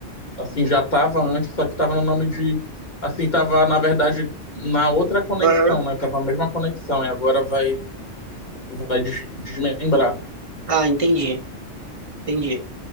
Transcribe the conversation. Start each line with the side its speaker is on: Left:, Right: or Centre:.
Left: assim, já tava antes, só que tava no nome de. Assim, tava, na verdade, na outra conexão,
Right: Aham.
Left: né? Tava a mesma conexão, e agora vai, vai des- desmembrar.
Right: Ah, entendi, entendi.